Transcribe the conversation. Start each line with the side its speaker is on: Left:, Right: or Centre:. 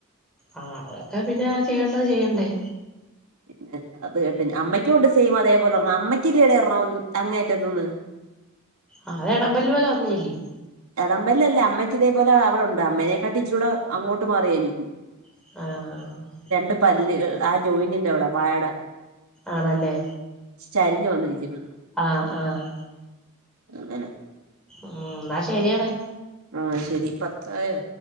Centre: ആഹ് അതൊക്കെ പിന്നെ ചെയ്യേണ്ടത് ചെയ്യണ്ടേ?
Right: പിന്നെ അത് കേട്ട് അമ്മയ്ക്കൂണ്ട് സെയിം അതേ പോലെ ഒര്ണം അമ്മയ്ക്കിത് ഇടെ ഇറ്ണോ അങ്ങേറ്റത്ത്ന്ന്
Centre: ആഹ് അത് എടമ്പല് വലെ ഒന്നില്ലേ
Right: എടംമ്പലം അല്ലാ അമ്മയ്ക്ക് ഇതേപോലെ അവിടൊണ്ട് അമ്മേനെക്കാട്ടിലും ഇച്ചിരിയൂടെ അങ്ങോട്ട് മാറിയാ എനിക്ക്.
Centre: ആഹ് ആഹ്
Right: രണ്ട് പല്ല് ആ ജോയിനിന്റെ അവിടെ വായയുടെ
Centre: ആണല്ലേ
Right: ചരിഞ്ഞു വന്നിരിക്കുന്നു
Centre: ആഹ് ആഹ്
Right: അങ്ങനെ
Centre: ഉം എന്നാ ശരിയെടേ
Right: ആഹ് ശെരി പത്തായോ?